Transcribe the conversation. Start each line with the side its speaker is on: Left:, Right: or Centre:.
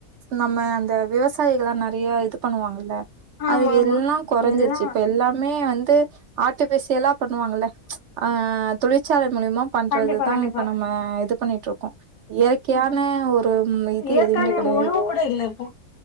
Right: நம்ம அந்த விவசாயிகல்லா நெறைய இது பண்ணுவாங்கல்ல
Left: ஆமா
Right: அது
Left: ஆமா
Right: எல்லா கொறஞ்சிருச்சு
Left: எல்லா
Right: இப்ப எல்லாமே வந்து ஆர்ட்டிஃபிஷியலா பண்ணுவாங்கள்ல அ தொழிற்சால மூலியமா பண்றதுதா
Left: கண்டிப்பா கண்டிப்பா
Right: இப்ப நம்ம இது பண்ணிட்டு இருக்கோ இயற்கையான ஒரு இது
Left: ஏற்கானவே
Right: எதுவுமே கெடையாது.
Left: உணவு கூட இல்ல இப்போ